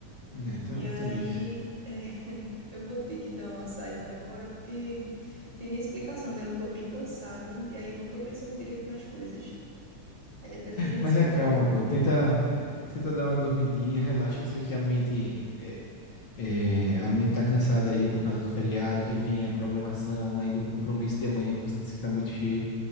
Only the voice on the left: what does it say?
Né, Então,
entendi.
Mas
é
calma, pô. Tenta, tenta dar uma dormidinha, relaxa. Eu sei que a mente, é, é, a mente tá cansada aí por causa do feriado que vem, a programação, ainda o compromisso de amanhã que você disse que tá muito cheio.